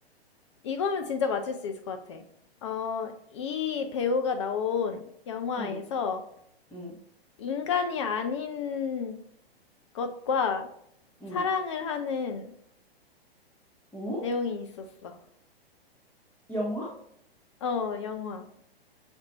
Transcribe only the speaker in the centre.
응, 응,
응.
어?
영화?